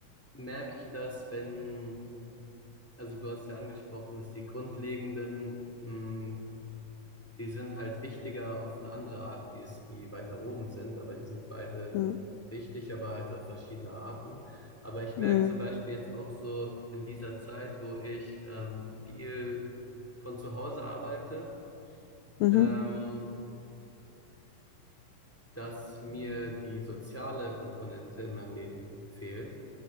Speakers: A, in the centre; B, on the left.
A: merke ich das, wenn, also du hast ja angesprochen, dass die grundlegenden mh, die sind halt wichtiger auf eine andere Art, wie es die weiter oben sind, aber die sind beide
B: Mhm.
A: wichtig, aber halt auf verschiedene Arten. Aber ich merke
B: Mhm.
A: zum Beispiel jetzt auch so in dieser Zeit, wo ich ähm, viel von zu Hause arbeite,
B: Mhm.
A: ähm, dass mir die soziale Komponente in meinem Leben fehlt.